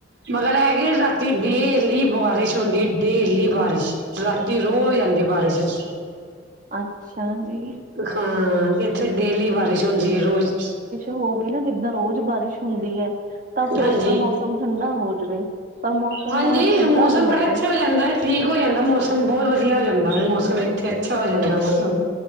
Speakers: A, on the right (about 70°); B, on the right (about 45°).
A: ਮਗਰ ਐ ਕਿ ਰਾਤੀ ਡੇਲੀ ਬਾਰਿਸ਼ ਹੁੰਦੀ ਏ ਡੇਲੀ ਬਾਰਿਸ਼। ਰਾਤੀ ਰੋਜ਼ ਆਂਦੀ ਏ ਬਾਰਿਸ਼ ਏਥੇ।
B: ਅੱਛਾ ਜੀ।
A: ਹਾਂ ਏਥੇ ਡੇਲੀ ਬਾਰਿਸ਼ ਹੁੰਦੀ ਐ ਰੋਜ਼।
B: ਹੋਵੇ ਨਾ ਜਿੱਦਾਂ ਰੋਜ਼ ਬਾਰਿਸ਼ ਹੁੰਦੀ ਐ। ਤਾਂ ਫੇਰ
A: ਹਾਂਜੀ
B: ਤਾਂ ਮੌਸਮ ਠੰਡਾ ਹੋ ਜਵੇ, ਪਰ ਮੌਸਮ
A: ਹਾਂਜੀ
B: ਠੰਡਾ
A: ਮੌਸਮ
B: ਨੀ
A: ਬੜਾ
B: ਹੋ ਰਿਆ।
A: ਅੱਛਾ ਜਾਂਦਾ ਹੈ ਠੀਕ ਹੋ ਜਾਂਦਾ ਮੌਸਮ ਬਹੋਤ ਵਦੀਆ ਹੋ ਜਾਂਦਾ ਵਾ ਮੌਸਮ ਇੱਥੇ ਅੱਛਾ ਹੋ ਜਾਂਦਾ ਵਾ ਮੌਸਮ।